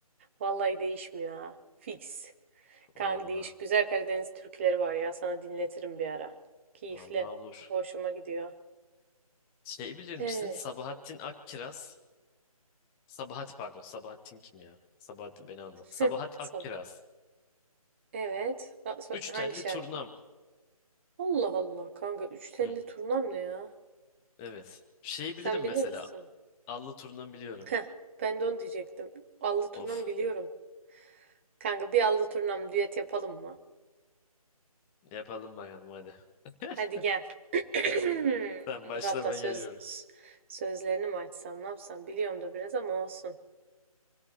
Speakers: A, on the right; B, in the centre.
A: Vallahi değişmiyor ha. Fix.
B: Valla,
A: Kanka değişik güzel Karadeniz türküleri var ya. Sana dinletirim bir ara. Keyifli.
B: valla olur.
A: Hoşuma gidiyor.
B: Şey bilir
A: Evet.
B: misin? Sabahattin Akkiraz. Sabahat pardon, Sabahattin kim ya? Sabahattin beni anla. Sabahat
A: <laughs> Son.
B: Akkiraz.
A: Evet. Ha- so-
B: Üç
A: Hangi
B: telli
A: şarkı?
B: turnam.
A: Allah Allah kanka. Üç telli
B: Hı,
A: turnam ne ya?
B: evet. Şeyi
A: Sen
B: bilirim
A: bilir
B: mesela.
A: misin?
B: Allı turundan biliyorum.
A: Heh, ben de onu diyecektim. Allı turnam
B: Of.
A: biliyorum. Kanka bir allı turnam düet yapalım mı?
B: Yapalım bakalım hadi. <laughs>
A: Hadi gel. <clears throat>
B: Sen
A: Dur
B: başla
A: hatta
B: ben
A: söz
B: geliyorum.
A: s- sözlerini mi açsam ne yapsam biliyorum da biraz ama olsun.